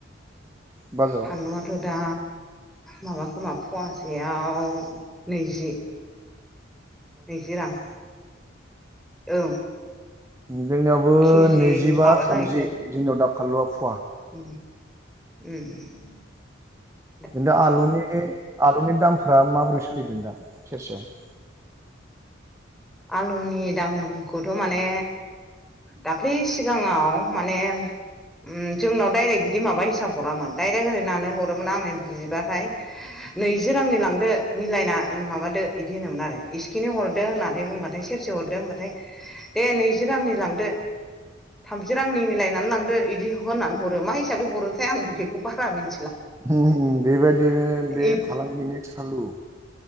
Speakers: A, on the right (about 15°); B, in the centre.
A: बाजाराव
B: फानलुवाथ' दा दा माबा खोमा फुवासेयाव नैजि नैजि रां औ
A: जोंनियावबो
B: केजि
A: नैजिबा
B: माबा
A: थामजि
B: जाहैबाय
A: जोंनियाव दा फानलौआ
B: उम उम उम
A: दा आलुनि आलुनि दामफोरा माबोरै सोलिदों दा सेरसेयाव?
B: आलुनि दामखौथ' माने दाख्लै सिगाङाव माने उम जोंनाव डाइरेक्ट इदि माबा हिसाब हरामोन डाइरेक्ट ओरै होननानै हरोमोन आंनो बिबाथाय नैजि रांनि लांदो मिलायना ओ माबादो इदि होनोमोन आरो इसखिनि हरदो होननानै बाथाय सेरसे हरदो होमबाथाय दे नैजि रांनि लांदो थामजि रांनि मिलायनानै लांदो इदि होननानै हरो। मा हिसाबै हरोथाय आंबो बेखौ बारा मिन
A: उम उम बेबायदिनो बे
B: इदि
A: फालांगिनि सालु